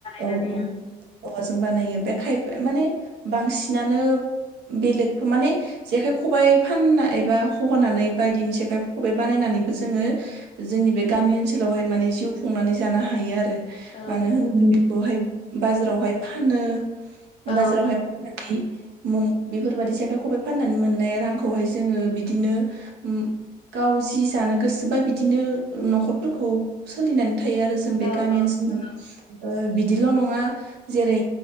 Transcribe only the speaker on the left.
मानिया
ओं
औ
औ
औ
नंगौ